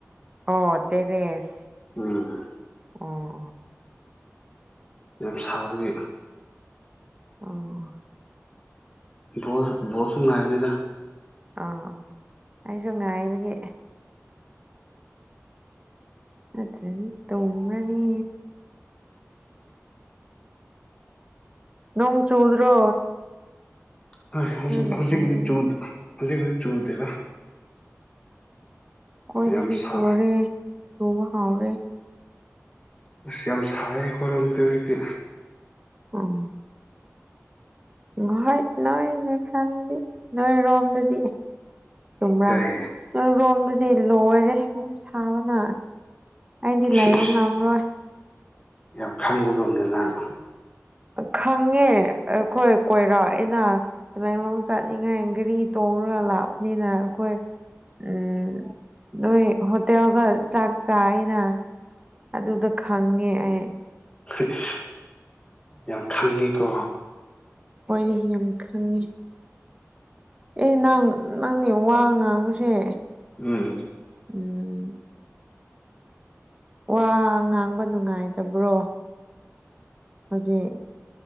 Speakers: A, on the right; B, on the left.
A: ꯑꯣ ꯇꯦꯔꯁ
B: ꯎꯝ
A: ꯑꯣ ꯑꯣ
B: ꯌꯥꯝ ꯁꯥꯕꯒꯤ
A: ꯑꯣ
B: ꯕꯣꯜ ꯕꯣꯜꯁꯨ ꯉꯥꯏꯕꯅꯤꯗ
A: ꯑꯣ ꯑꯩꯁꯨ ꯉꯥꯏꯕꯒꯤ ꯅꯠꯇ꯭ꯔꯗꯤ ꯇꯨꯝꯃꯅꯤ ꯅꯣꯡ ꯆꯨꯗ꯭ꯔꯣ
B: ꯍꯣꯏ ꯍꯧꯖꯤꯛ
A: ꯅꯣꯏ ꯂꯩꯐꯝꯗꯗꯤ
B: ꯍꯧꯖꯤꯛꯄꯨꯗꯤ ꯆꯨ ꯍꯧꯖꯤꯛꯄꯨꯗꯤ ꯆꯨꯗꯦꯗ
A: ꯈꯣꯏꯗꯗꯤ
B: ꯌꯥꯝ ꯁꯥ
A: ꯆꯨꯔꯦ ꯆꯨꯕ ꯍꯥꯎꯔꯦ
B: ꯑꯁ ꯌꯥꯝ ꯁꯥꯏꯌꯦ ꯑꯩꯈꯣꯏꯔꯣꯝꯗꯗꯤ ꯍꯧꯖꯤꯛꯇꯤ
A: ꯑꯣ ꯍꯣꯏ ꯅꯣꯏꯅ ꯈꯟꯕꯗꯤ ꯅꯣꯏꯔꯣꯝꯗꯗꯤ ꯆꯨꯝꯕ꯭ꯔꯥ
B: ꯀꯔꯤ
A: ꯅꯣꯔꯣꯝꯗꯗꯤ ꯂꯣꯏꯔꯦ ꯌꯨꯝ ꯁꯥꯕꯅ ꯑꯩꯗꯤ
B: ꯁꯤꯁ
A: ꯂꯩꯕ ꯉꯝꯔꯣꯏ
B: ꯌꯥꯝ ꯈꯪꯕꯒꯨꯝꯅ ꯅꯪ
A: ꯈꯪꯉꯦ ꯑꯩꯈꯣꯏ ꯀꯣꯏꯔꯛꯑꯦꯅ ꯇꯃꯦꯡꯂꯣꯡ ꯆꯥꯠꯅꯤꯡꯉꯥꯏ ꯒꯥꯔꯤ ꯇꯣꯡꯔ ꯂꯥꯛꯄꯅꯤꯅ ꯑꯩꯈꯣꯏ ꯎꯝ ꯅꯣꯏ ꯍꯣꯇꯦꯜꯗ ꯆꯥꯛ ꯆꯥꯏꯅ ꯑꯗꯨꯗ ꯈꯪꯉꯦ ꯑꯩ
B: ꯏꯁ ꯌꯥꯝ ꯈꯪꯉꯤꯀꯣ
A: ꯍꯣꯏꯅꯦ ꯍꯦꯟ ꯈꯪꯉꯦ ꯑꯦ ꯅꯪ ꯅꯪꯅꯦ ꯋꯥ ꯉꯥꯡꯉꯨꯁꯦ
B: ꯎꯝ
A: ꯎꯝ ꯋꯥ ꯉꯥꯡꯕ ꯅꯨꯡꯉꯥꯏꯇꯕ꯭ꯔꯣ ꯍꯧꯖꯤꯛ